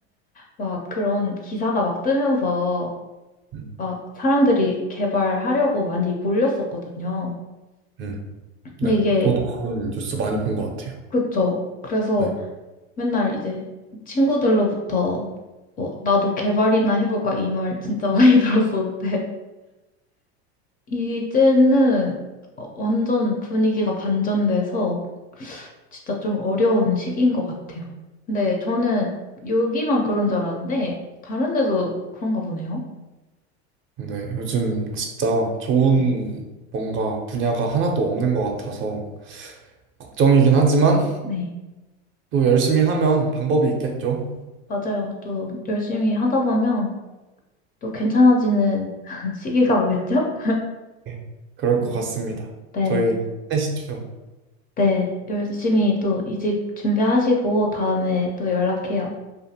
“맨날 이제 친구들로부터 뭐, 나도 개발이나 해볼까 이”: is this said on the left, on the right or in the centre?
Left